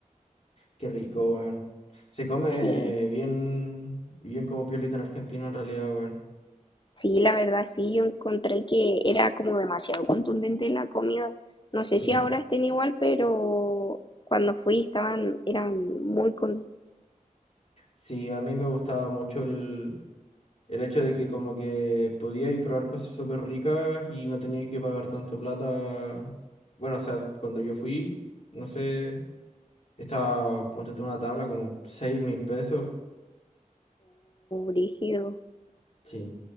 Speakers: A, on the left (about 50°); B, on the left (about 35°).
A: Qué rico, weón. Se come
B: Sí.
A: bien, bien como piolita en Argentina en realidad, weón.
B: Sí, la verdad sí, yo encontré que era como demasiado contundente la comida. No sé
A: Sí,
B: si ahora estén igual, pero cuando fui estaban, eran muy contundentes,
A: sí, a mí me gustaba mucho el, El hecho de que como que podía ir probar cosas súper ricas y no tenía que pagar tanto plata. Bueno, o sea, cuando yo fui, no sé, estaba, ponte tú una tabla como seis mil pesos.
B: rígidos.
A: Sí.